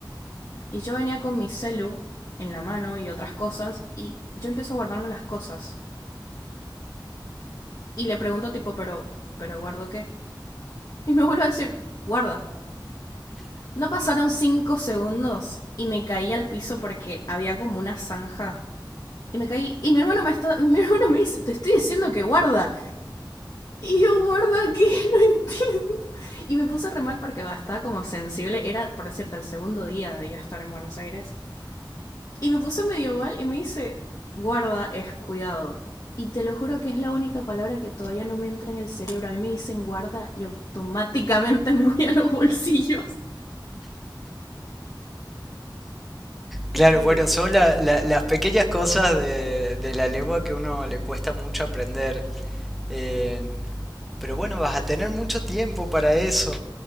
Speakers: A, on the left; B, in the centre.
A: Y yo venía con mi celu en la mano y otras cosas y yo empiezo a guardarme las cosas. Y le pregunto tipo, pero, pero guardo qué? Y me vuelvo a decir, guarda. No pasaron cinco segundos y me caí al piso porque había como una zanja Y me caí. Y mi hermano me, está- <laughs> mi hermano me dice, te estoy diciendo que guarda. Y yo guarda que <laughs> no entiendo. Y me puse re mal porque va, estaba como sensible. Era, por cierto, el segundo día de yo estar en Buenos Aires. Y me puse medio mal y me dice, guarda es cuidado. Y te lo juro que es la única palabra que todavía no me entra en el cerebro. A mí me dicen guarda y automáticamente <laughs> me voy a los bolsillos. Terrible.
B: Claro, bueno, son la- la- las pequeñas cosas de, de la lengua que a uno le cuesta mucho aprender. Eh, pero bueno, vas a tener mucho tiempo para eso.